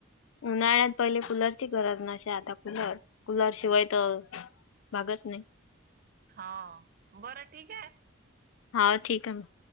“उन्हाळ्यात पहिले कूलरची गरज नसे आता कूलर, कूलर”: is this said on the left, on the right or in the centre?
Left